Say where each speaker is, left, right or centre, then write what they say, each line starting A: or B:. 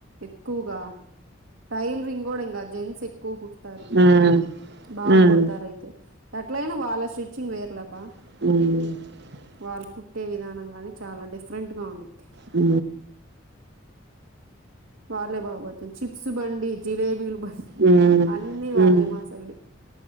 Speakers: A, on the right; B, on the right.
A: ఎక్కువుగా టైల్ రింగ్ గూడ ఇంగా జెంట్స్ ఎక్కువ కుడుతారు
B: మ్మ్
A: బాగ్గుడతారయితే.
B: మ్మ్
A: ఎట్లయినా వాళ్ళ స్టిచ్చింగ్ వేర్లేబ్బా.
B: <unintelligible>
A: వాళ్ళు కుట్టే విధానం గానీ చాలా డిఫరెంట్ గా ఉండిది.
B: అ
A: వాలే బాబతే చిప్స్ బండి జిలేబీలు బండి
B: మ్మ్ మ్మ్
A: అన్ని
B: మ్మ్ మ్మ్
A: వాళ్ళే మా సైడ్